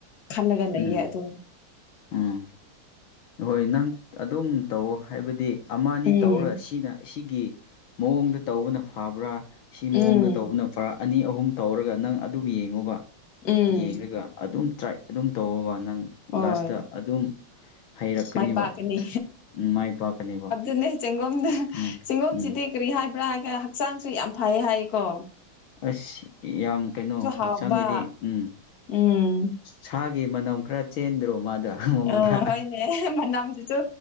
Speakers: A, on the left; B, on the left.
A: ꯈꯜꯂꯒ ꯂꯩꯌꯦ
B: ꯎꯝ
A: ꯑꯗꯨ
B: ꯎꯝ ꯍꯣꯏ ꯅꯪ ꯑꯗꯨꯝ ꯇꯧ ꯍꯥꯏꯕꯗꯤ ꯑꯃ ꯑꯅꯤ
A: ꯎꯝ
B: ꯇꯧꯔꯒ ꯁꯤꯅ ꯑꯁꯤꯒꯤ ꯃꯑꯣꯡꯗ ꯇꯧꯕꯅ ꯐꯕ꯭ꯔꯥ ꯁꯤ ꯃꯑꯣꯡꯗ
A: ꯎꯝ
B: ꯇꯧꯕꯅ ꯐꯔꯥ ꯑꯅꯤ ꯑꯍꯨꯝ ꯇꯧꯔꯒ ꯅꯪ ꯑꯗꯨꯝ ꯌꯦꯡꯉꯣꯕ
A: ꯎꯝ
B: ꯌꯦꯡꯒ ꯑꯗꯨꯝ ꯇ꯭ꯔꯥꯏ ꯑꯗꯨꯝ ꯇꯧꯕ ꯅꯪ
A: ꯍꯣꯏ
B: ꯂꯥꯁꯇ ꯑꯗꯨꯝ ꯍꯩꯔꯛꯀꯅꯦꯕ
A: ꯃꯥꯏ ꯄꯥꯛꯀꯅꯤ
B: ꯎꯝ ꯃꯥꯏ ꯄꯥꯛꯀꯅꯦꯕ
A: ꯑꯅꯦ ꯆꯦꯡꯒꯣꯝꯗ
B: ꯎꯝ
A: ꯆꯦꯡꯒꯣꯝꯁꯤꯗꯤ
B: ꯎꯝ
A: ꯀꯔꯤ ꯍꯥꯏꯕ꯭ꯔꯥ ꯍꯥꯏꯒ ꯍꯛꯆꯥꯡꯁꯨ ꯌꯥꯝ ꯐꯩ ꯍꯥꯏꯌꯦꯀꯣ
B: ꯑꯁ ꯌꯥꯝ ꯀꯩꯅꯣ
A: ꯍꯥꯎꯕ
B: ꯍꯛꯆꯥꯡꯒꯤꯗꯤ ꯎꯝ ꯑ
A: ꯎꯝ
B: ꯁꯥꯒꯤ ꯃꯅꯝ ꯈꯔ ꯆꯦꯟꯗ꯭ꯔꯣ ꯃꯥꯗ ꯃꯗ
A: ꯑ ꯍꯣꯏꯅꯦ ꯃꯅꯝꯗꯨꯁꯨ